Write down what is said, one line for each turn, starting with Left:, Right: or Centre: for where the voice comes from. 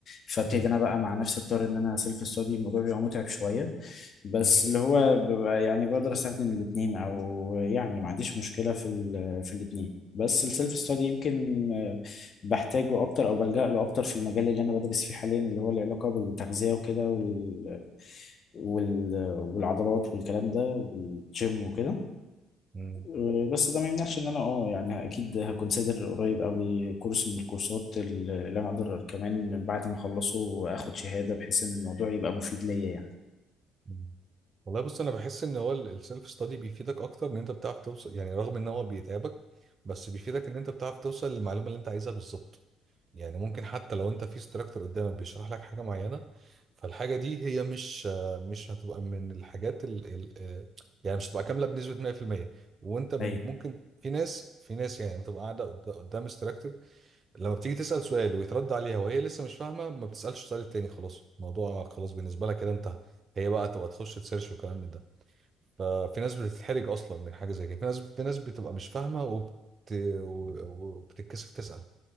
Left: فابتدي
Right: مم.
Left: انا بقى مع نفسي اضطر ان انا سيلف ستادي الموضوع بيبقى متعب شويه بس
Right: مم.
Left: اللي هو ببقى يعني بقدر استخدم الاثنين او يعني ما عنديش مشكله في ال- في الاثنين بس السيلف ستادي يمكن آه، بحتاجه اكتر او بلجأ له اكتر في المجال اللي انا بدرس فيه حاليا اللي هو له علاقه بالتغذيه وكده وال وال والعضلات والكلام ده والجيم وكده
Right: مم.
Left: أه، بس ده ما يمنعش ان انا اه يعني اكيد هكونسيدر قريب قوي كورس من الكورسات اللي انا اقدر كمان بعد ما اخلصه اخد شهادة بحيث ان الموضوع يبقى مفيد ليا يعني
Right: مم. والله بص انا بحس ان هو السيلف ستادي بيفيدك اكتر ان انت بتعرف توصل يعني رغم ان هو بيتعبك بس بيفيدك ان انت بتعرف توصل للمعلومه اللي انت عايزها بالظبط يعني ممكن حتى لو انت في instructor قدامك بيشرح لك حاجه معينه فالحاجه دي هي مش مش هتبقى من الحاجات ال ال آه، يعني مش هتبقى كامله بنسبه 100% وانت من
Left: ايوه
Right: ممكن في ناس في ناس يعني بتبقى قاعده قد- قدام instructor لما بتيجي تسال سؤال ويترد عليها وهي لسه مش فاهمه ما بتسالش السؤال التاني خلاص الموضوع خلاص بالنسبه لها كده انتهى هي بقى تبقى تخش تسيرش وكلام من ده ففي ناس بتتحرج اصلا من حاجه زي كده في ناس في ناس بتبقى مش فاهمه وبت... و- وبتتكسف تسال